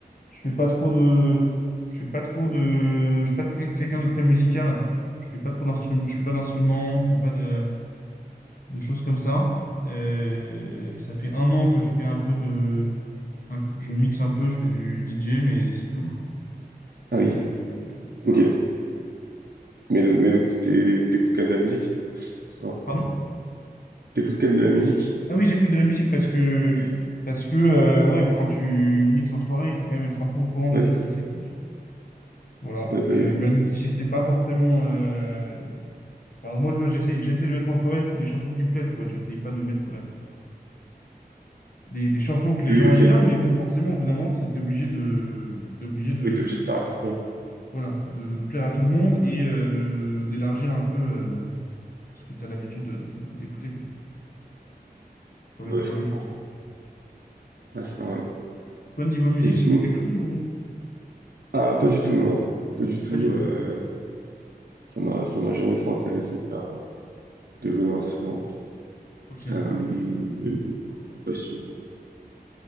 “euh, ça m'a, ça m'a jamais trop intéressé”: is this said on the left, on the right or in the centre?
Right